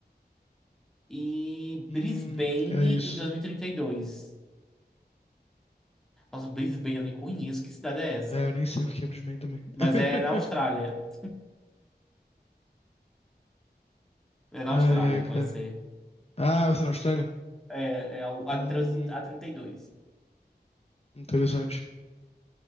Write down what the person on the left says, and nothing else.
Hum,
é isso.
É, eu nem sei o que é Brisbane também.
<laughs>
Ai,
ai, cara.
Ah, vai ser na Austrália?
Hum,
interessante.